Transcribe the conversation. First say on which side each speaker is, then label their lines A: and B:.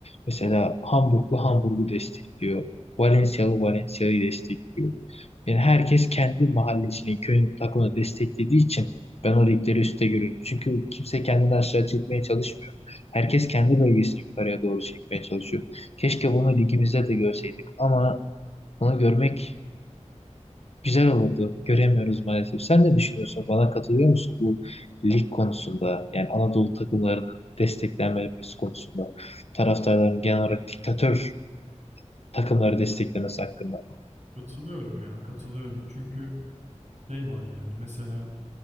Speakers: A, on the left; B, on the right.
A: Mesela Hamburglu Hamburg'u destekliyor. Valencia'lı Valencia'yı destekliyor. Yani herkes kendi mahallesini, köyün takımını desteklediği için ben o ligleri üstte görüyorum. Çünkü kimse kendini aşağı çekmeye çalışmıyor. Herkes kendi bölgesini yukarıya doğru çekmeye çalışıyor. Keşke bunu ligimizde de görseydik ama bunu görmek Güzel olurdu. Göremiyoruz maalesef. Sen ne düşünüyorsun? Bana katılıyor musun bu lig konusunda? Yani Anadolu takımlarının desteklenmemesi konusunda. Taraftarların genel olarak diktatör takımları desteklemesi hakkında.
B: Katılıyorum ya, katılıyorum. Çünkü şey var yani mesela